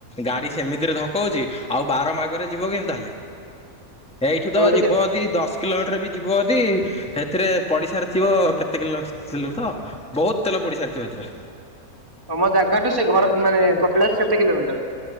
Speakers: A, in the centre; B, on the right.
A: ଗାଡି ସେମିତିରେ ଧକଉଛି ଆଉ ବାର ମାଗରେ ଯିବ କେମିତି ତାହେଲେ ଏଇଠୁ
B: ସେଇଠୁ
A: ତ ଯିବ
B: କେ
A: ଯଦି ଦଶ କିଲୋମିଟର ବି ଯିବ ଯଦି ହେଥିରେ ପଡ଼ିଶାରେ ଥିବ କେତେ କିଲୋ କିଲ ତ ବହୁତ ତେଲ ପଡି ସାରିଥିବ ହେଥିରେ
B: ତମ ଜାଗାଠୁ ସେ ଘର ମାନେ କପିଳାସ କେତେ କିଲୋମିଟର?